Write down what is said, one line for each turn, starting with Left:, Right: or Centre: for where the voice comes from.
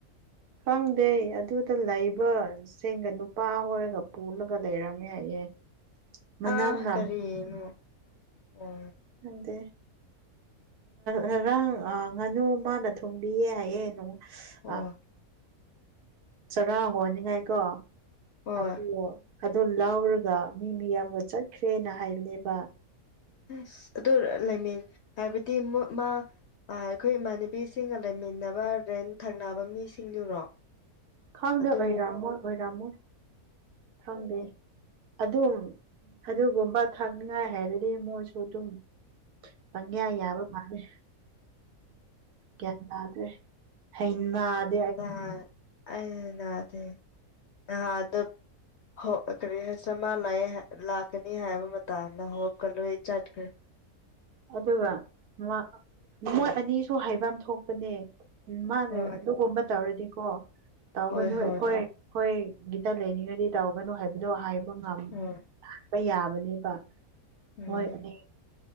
Right: ꯈꯪꯗꯦ ꯑꯗꯨꯗ ꯂꯩꯕ ꯆꯦꯡꯒ ꯅꯨꯄꯥ ꯍꯣꯏꯒ ꯄꯨꯜꯂꯒ ꯂꯩꯔꯝꯃꯦ ꯍꯥꯏꯌꯦ ꯃꯅꯝ
Left: ꯑ
Right: ꯅꯝ
Left: ꯀꯔꯤꯅꯨ ꯑꯣ
Right: ꯅꯪꯗꯤ ꯉꯔꯥꯡ ꯉꯥꯅꯨ ꯃꯥꯅ ꯊꯣꯡꯕꯤꯌꯦ ꯍꯥꯏꯌꯦ ꯅꯨ
Left: ꯑꯣ
Right: ꯑ ꯆꯔꯥ ꯍꯣꯟꯅꯤꯡꯉꯥꯏꯀꯣ
Left: ꯍꯣꯏ
Right: ꯑꯗꯨ ꯑꯗꯨ ꯂꯥꯎꯔꯒ ꯃꯤ ꯃꯤꯌꯥꯝꯒ ꯆꯠꯈ꯭ꯔꯦꯅ ꯍꯥꯏꯕꯅꯦꯕ
Left: ꯑꯁ ꯑꯗꯨ ꯂꯩꯃꯤꯟ ꯍꯥꯏꯕꯗꯤ ꯃꯥ ꯑ ꯑꯩꯈꯣꯏ ꯏꯃꯥꯟꯅꯕꯤꯁꯤꯡꯒ ꯂꯩꯃꯤꯟꯅꯕ ꯔꯦꯟ ꯊꯪꯅꯕ ꯃꯤꯁꯤꯡꯗꯨꯔꯣ
Right: ꯈꯪꯗꯦ
Left: ꯑꯗꯨ
Right: ꯑꯣꯏꯔꯝꯃꯣꯏ ꯑꯣꯏꯔꯝꯃꯣꯏ ꯈꯥꯡꯗꯦ ꯑꯗꯨꯝ ꯑꯗꯨꯒꯨꯝꯕ ꯊꯥꯛꯅꯤꯉꯥꯏ ꯍꯥꯏꯔꯗꯤ ꯃꯣꯏꯁꯨ ꯑꯗꯨꯝ ꯄꯪꯌꯥ ꯌꯥꯕ ꯃꯥꯥꯂꯦ ꯒ꯭ꯌꯥꯟ ꯇꯥꯗ꯭ꯔꯦ ꯍꯩꯅꯗ
Left: <unintelligible> <unintelligible> ꯂꯥꯛꯀꯅꯤ ꯍꯥꯏꯕ ꯃꯇꯥꯡꯅ ꯍꯣꯞ ꯀ ꯂꯣꯏ ꯆꯠꯈ꯭ꯔꯦ
Right: ꯑꯗꯨꯒ ꯃ ꯃꯣꯏ ꯑꯅꯤꯁꯨ ꯍꯩꯐꯝ ꯊꯣꯛꯄꯅꯦ ꯎꯝ ꯃꯥꯅ
Left: ꯍꯣꯏ
Right: ꯑꯗꯨꯒꯨꯝꯕ ꯇꯧꯔꯗꯤꯀꯣ ꯇꯧꯒꯅꯨ
Left: ꯍꯣꯏ ꯍꯣꯏ
Right: ꯑꯩꯈꯣꯏ ꯍꯣꯏ ꯒꯤꯗ ꯂꯩꯅꯤꯡꯉꯗꯤ ꯇꯧꯒꯅꯨ ꯍꯥꯏꯕꯗꯣ ꯍꯥꯏꯕ ꯉꯝꯃꯤ
Left: ꯍꯣꯏ
Right: ꯍꯥꯞꯄ ꯌꯥꯕꯅꯦꯕ
Left: ꯎꯝ
Right: ꯃꯣꯏ ꯑꯅꯤ